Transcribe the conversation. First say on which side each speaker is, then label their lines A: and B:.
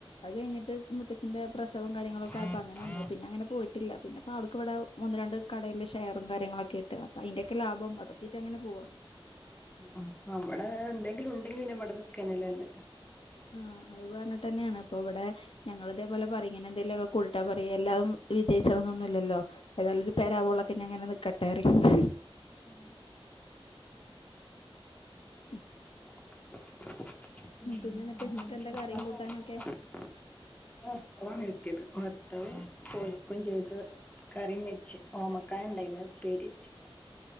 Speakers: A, on the left; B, on the left.
A: അത് കഴിഞ്ഞിട്ട് മുത്തച്ചിന്റെ പ്രസവം ക ര്യങ്ങളൊക്കായപ്പോ
B: ആഹ്
A: അങ്ങനെ വന്ന്
B: ആഹ്
A: പിന്നങ്ങനെ പോയിട്ടില്ല പിന്നെപ്പാൾക്കിവിടേ ഒന്ന് രണ്ട് കടേല് ഷെയറും കാര്യങ്ങളൊക്കെയിട്ട് അപ്പയിന്റെൊക്കെ ലാഭം അതൊക്കായിറ്റങ്ങനെ പോവാ
B: ആഹ് ആ അവിടേ എന്തെങ്കിലുണ്ടെങ്കിന്നെ
A: എന്തെങ്കിലും
B: വിടെനിക്കാന്നെല്ലേ
A: ഉണ്ടെങ്കിൽ
B: നല്ലത്
A: ആഹ് അത് പറഞ്ഞിട്ടെന്നെയാണ് അപ്പൊ ഇവിടെ ഞങ്ങളിതേപോലെ പറിങ്ങനെന്തേലൊ കൂടിട്ടാ പറീ എല്ലാതും വിജയിച്ചന്നൊന്നുല്ലല്ലോ ഏതായാലൊരു പെരാവോള ഒക്കെ ഞാങ്ങനക്കട്ടേറി ഹിഹി
B: ഉം
A: <inaudible>
B: <inaudible> <unintelligible> <unintelligible>
A: പിന്നെ എന്നിട്ട് നിങ്ങൾക്ക് എന്താ കറിയും കൂട്ടാനൊക്കെ
B: കറിയും വെച്ച് ഓമക്കായണ്ടായിന്ന്
A: കറിയും വെച്ച്
B: ഉപ്പേരിച്ച് <inaudible>